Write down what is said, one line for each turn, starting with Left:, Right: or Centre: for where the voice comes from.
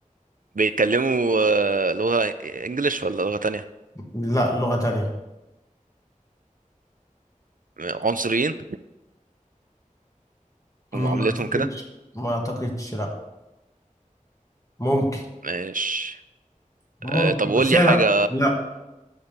Right: بيتكلموا آه، لغة إنجليش ولا لغة تانية؟
Left: لا لغة تانية
Right: عنصريين
Left: ما
Right: ومعاملتهم
Left: أعتقدش
Right: كده
Left: ما أعتقدش لا ممكن
Right: ماشي
Left: ممكن
Right: آه، طب قول
Left: بس
Right: لي
Left: هي
Right: حاجة
Left: لا لا